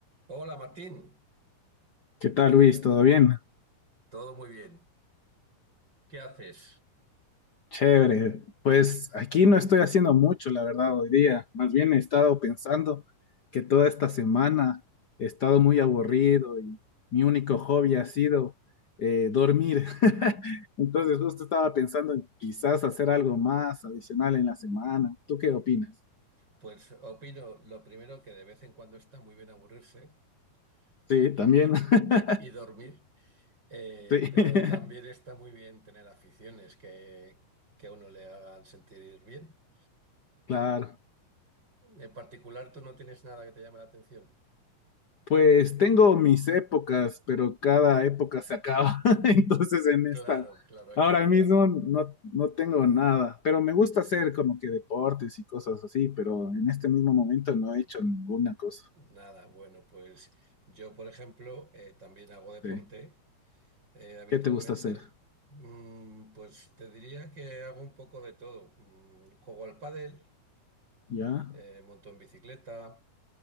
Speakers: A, on the right; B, on the left.
A: Hola Martín,
B: ¿Qué tal, Luis? ¿Todo bien?
A: todo muy bien. ¿Qué haces?
B: Chévere. Pues aquí no estoy haciendo mucho, la verdad, hoy día. Más bien he estado pensando que toda esta semana he estado muy aburrido y mi único hobby ha sido eh, dormir. <laughs> Entonces justo estaba pensando en quizás hacer algo más adicional en la semana. ¿Tú qué opinas?
A: Pues opino lo primero que de vez en cuando está muy bien aburrirse
B: Sí,
A: y,
B: también.
A: y-
B: <laughs>
A: y- y dormir, eh,
B: Sí,
A: pero
B: <laughs>
A: también está muy bien tener aficiones que, que a uno le hagan sentir bien.
B: claro.
A: En particular, tú no tienes nada que te llame la atención.
B: Pues tengo mis épocas, pero cada época se acaba. <laughs> Entonces en
A: Claro,
B: esta,
A: claro, hay
B: ahora
A: que ir probando.
B: mismo no, no tengo nada, pero me gusta hacer como que deportes y cosas así, pero en este mismo momento no he hecho ninguna cosa.
A: Nada, bueno, pues yo, por ejemplo, eh, también hago deporte.
B: Sí.
A: eh, habitualmente,
B: ¿Qué te gusta hacer?
A: mm, pues te diría que hago un poco de todo. Mm, juego al pádel,
B: Ya,
A: eh, monto en bicicleta,